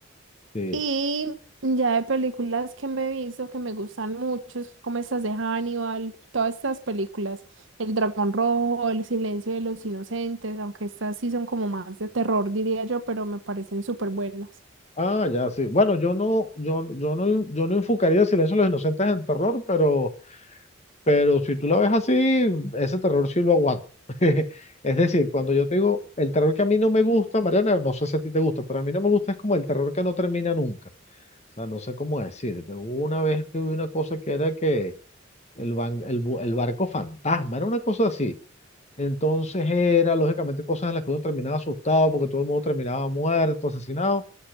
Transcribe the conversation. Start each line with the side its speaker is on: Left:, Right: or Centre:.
Left: Sí.
Right: Y ya de películas que me he visto que me gustan mucho, es como estas de Hannibal, todas estas películas, El Dragón Rojo, El Silencio de los Inocentes, aunque estas sí son como más de terror, diría yo, pero me parecen súper buenas.
Left: Ah, ya, sí. Bueno, yo no, yo, yo no, yo no enfocaría el silencio de los inocentes en terror, pero, pero si tú la ves así, ese terror sí lo aguanto. <laughs> Es decir, cuando yo te digo, el terror que a mí no me gusta, Mariana, no sé si a ti te gusta, pero a mí no me gusta es como el terror que no termina nunca. O sea, no sé cómo decirte. Hubo una vez que vi una cosa que era que el, ban- el, bu- el barco fantasma, era una cosa así. Entonces era, lógicamente, cosas en las que uno terminaba asustado porque todo el mundo terminaba muerto, asesinado.